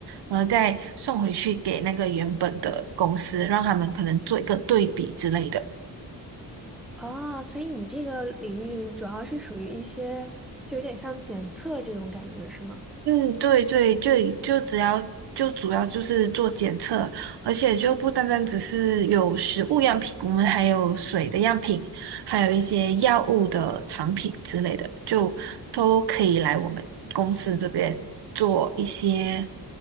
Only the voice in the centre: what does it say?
啊，所以你这个领域主要是属于一些，就有点像检测这种感觉，是吗？